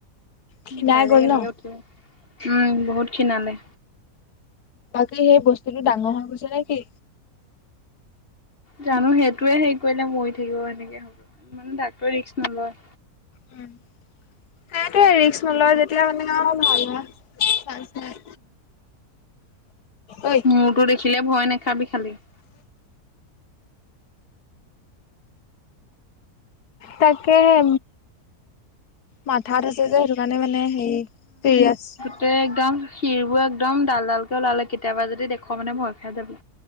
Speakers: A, on the left; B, on the left.
A: ক্ষীণাই
B: ডাইৰেক্
A: গ'ল
B: এনেকে
A: ন'
B: উঠিব, উম, বহুত খীণালে।
A: বাকী সেই বস্তু টো, ডাঙৰ হৈ গৈছে নে কি?
B: জানো, সেইটোৱে হেৰি কৰিলে মৰি থাকিব সেনেকে, মানে ডাক্তৰে ৰিক্স নলয়।
A: উম, সেইটোৱে ৰিক্স নলয় যে এতিয়া মানে ভাল ঐ
B: মোৰটো দেখিলে, ভয় নাখাবি খালি।
A: তাকেহে, মাথা ধুইছোঁ যে মানে, মানে হেৰি, ফেৰি আছ। <unintelligible>
B: ততে একদম, শিৰ বোৰ একদম, ডাল ডালকে ওলালে, কেতিয়াবা যদি দেখোঁ মানে, ভয় খাই যাব।